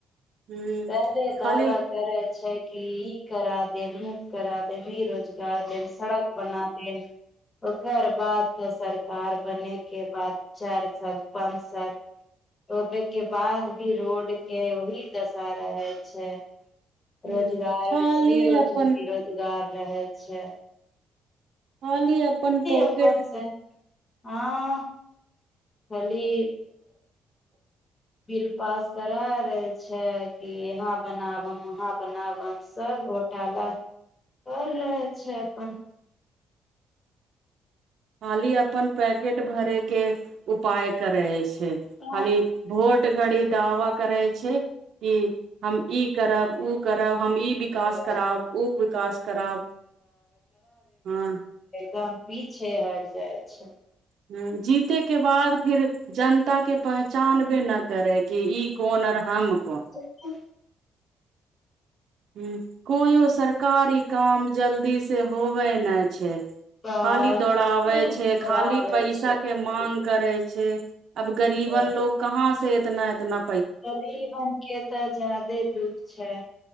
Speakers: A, on the right (about 65°); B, on the left (about 30°).
A: ह
B: पहिले दावा
A: खाली
B: करै छै कि ई करा दे मु करा दे रोज करत सड़क बनातेन ओकर बाद त सरकार बने के बाद चार साल पाँच साल रोपे के बाद भी रोड के वहि दस सा रहै छै अच्छा ह
A: ह
B: रोजगार
A: खाली
B: इसलियए रोज
A: अपन
B: र गार रहल छै
A: खाली अपन पॉकेट
B: अपन से हँ खली बिल पास करा रहल छै कि यहा बनाबम वहाँ बनाबम सब गो पैला कर रहे छै अपन
A: खाली अपन पैकेट भरे के उपाय करै छै खाली
B: खूब
A: भोट घड़ी दावा करै छै कि हम ई करब ओ करब हम ई विकास
B: <inaudible> ए
A: कराब उ विकास कराब हँ
B: दम पीछे हट जाइ छै
A: हं जीते के बाद फिर जनता के पहचानबे न करै की ई कोनर ह हम कोन
B: हँ
A: ह कोयो सरकारी काम जल्दीसँ होबै नहि छै
B: खूब
A: खाली दौड़ाबे छै खाली
B: दौड़ाबै
A: पैसा
B: छै
A: के मान करे छै अब गरीबन
B: गरी-
A: लोग कहाँ से एतना एतना
B: गरीबन के तऽ ज्यादे दुःख छै